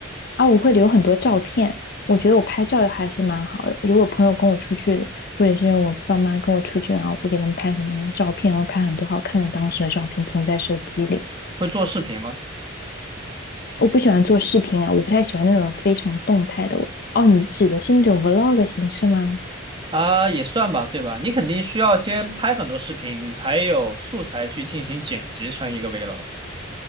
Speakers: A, on the left; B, on the right.
A: 啊，我会留很多照片，我觉得我拍照还是蛮好的。如果朋友跟我出去，或者是我爸妈跟我出去，然后我会给他们拍很多照片，然后拍很多好看的当时的照片存在手机里。
B: 会做视频吗？
A: 我不喜欢做视频啊，我不太喜欢那种非常动态的。哦，你指的是那种 vlog 的形式吗？
B: 啊，也算吧，对吧？你肯定需要先拍很多视频，你才有素材去进行剪辑成一个 vlog。